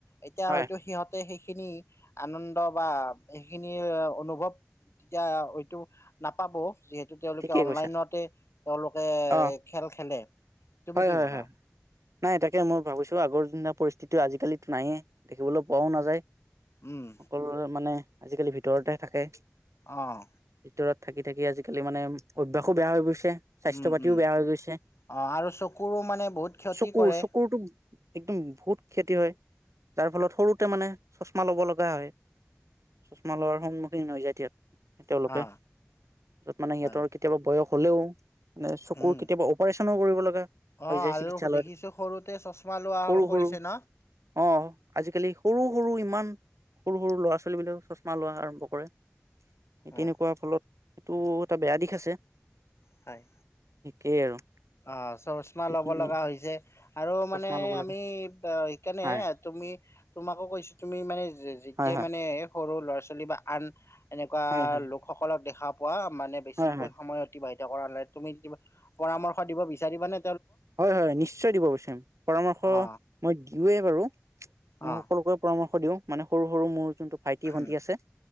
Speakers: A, on the left (about 60°); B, on the right (about 80°).
A: এতিয়া
B: হয়
A: হয়তো সিহঁতে সেই খিনি আনন্দ বা সেইখিনি অনুভৱ তেতিয়া হয়টো নাপাব যিহেতু তেওঁলোকে
B: ঠিকে
A: অনলাইনতে
B: কৈছা
A: তেওঁলোকে
B: অ
A: খেল খেলে তুমি
B: হয়
A: কি
B: হয়
A: ভাবা
B: হয় নাই তাকে মই ভাবিছো আগৰ দিনৰ পৰিস্থিতি আজি টো নাইয়ে দেখিবলৈ পোৱাও নাযায়
A: উম
B: সকলোৰে মানে আজিকালি ভিতৰতেহে থাকে
A: অহ
B: ভিতৰত থাকি থাকি আজি মানে অভ্যাসো বেয়া হৈ গৈছে স্বাস্থ্য
A: উম
B: পাতিও
A: উম
B: বেয়া হৈ গৈছে
A: অ আৰু চকুৰো মানে বহুত ক্ষতি
B: চকুৰ
A: কৰে
B: চকুৰটো একদম বহুত ক্ষাতি হয় যাৰ ফলত সৰুতে মানে চচমা ল'ব লগা হয় চচমা লোৱাৰ সন্মুখীন হৈ যায় তিয়াত তেওঁলোকে
A: অ
B: মানে সিহঁৰ
A: হয়
B: কেতিয়াবা বয়স হ'লেও মানে চকুৰ
A: উম
B: কেতিয়াবা অপাৰেচনো কৰিব লগা
A: অ
B: হৈ যায়
A: আৰু
B: চিকিৎসালয়ত
A: দেখিছো সৰুতে চশমা লোৱা
B: সৰু
A: কৰিছে
B: সৰু
A: ন
B: অ আজিকালি সৰু সৰু ইমান মান সৰু সৰু ল'ৰা ছোৱালী বিলাক চচমা লোৱা আৰম্ভ কৰে সেই তেনেকুৱা
A: অ
B: ফলত তটো এটা বেয়া দিশ আছে
A: হয়
B: কেই আৰু
A: অ চচমা
B: সেইখিনিয়ে
A: ল'ব লগা হৈছে আৰু
B: চশমা
A: মানে
B: ল'ব লাগে
A: আমি সেইকাৰণে
B: হয়
A: তুমি তোমাকো কৈছো তুমি মানে যি গতিকে
B: হয় হয়
A: মানে সৰু ল'ৰা ছোৱালী বা আন এনেকুৱা
B: হয় হয়
A: লোকসকলক দেখা পপ মানে বেছিকৈ
B: হয় হয়
A: সময় অতিবাহিত কৰা নাই তুমি কিবা পৰামৰ্শ দিব বিচাৰিবা নে
B: হয় হয় হয় নিশ্চয় দিব বিচাৰিম পৰামৰ্শ
A: অ
B: মই দিওৱে বাৰু মই
A: অ
B: সকলোকে পৰামৰ্শ ওঁ মানে সৰু সৰু মোৰ যোনটো ভাইটি ভন্টি
A: উম
B: আছে